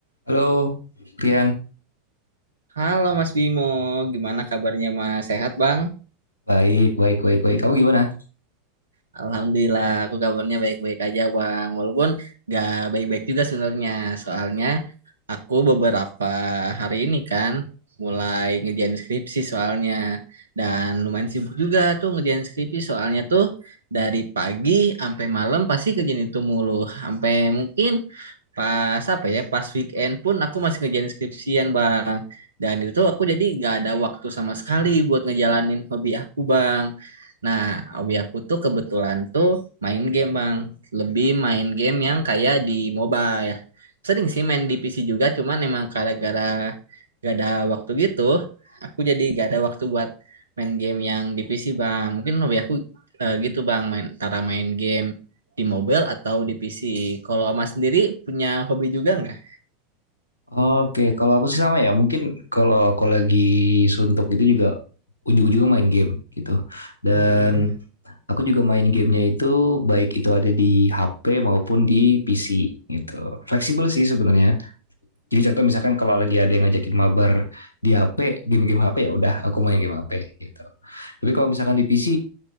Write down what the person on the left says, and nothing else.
Halo, Pian.
Baik, baik, baik, baik. Kamu gimana?
Oke, kalau aku sih sama ya. Mungkin kalau aku lagi suntuk itu juga ujung-ujungnya main game gitu. Dan
aku juga main gamenya itu baik itu ada di HP maupun di PC gitu. Fleksibel sih sebenarnya. Jadi contoh misalkan kalau lagi ada yang ngajakin mabar di HP, game-game HP ya udah aku main game HP gitu. Tapi kalau misalkan di PC